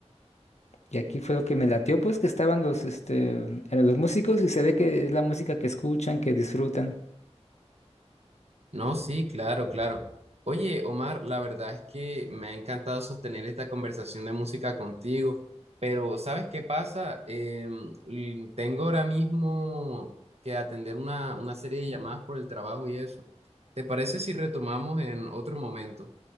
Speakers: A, on the left (about 75°); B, on the right (about 65°).
A: Y aquí fue lo que me latió, pues, que estaban los, este, eh, los músicos y se ve que es la música que escuchan, que disfrutan.
B: No, sí, claro, claro. Oye, Omar, la verdad es que me ha encantado sostener esta conversación de música contigo, pero ¿sabes qué pasa? Em, l- tengo ahora mismo que atender una, una serie de llamadas por el trabajo y eso. ¿Te parece si retomamos en otro momento?